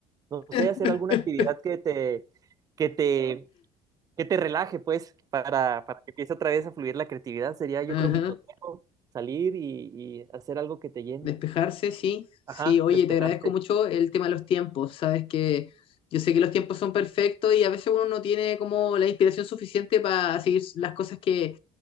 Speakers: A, on the right (about 25°); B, on the left (about 40°).
A: no
B: <laughs>
A: sé, hacer alguna actividad que te, que te, que te relaje, pues, para, para que empiece otra vez a fluir la creatividad. Sería, yo
B: Ajá.
A: creo, mi consejo, salir y, y hacer algo que te llene.
B: Despejarse, sí,
A: Ajá,
B: sí. Oye,
A: despejarte.
B: te agradezco mucho el tema de los tiempos. Sabes que yo sé que los tiempos son perfectos y a veces uno no tiene como la inspiración suficiente para seguir las cosas que,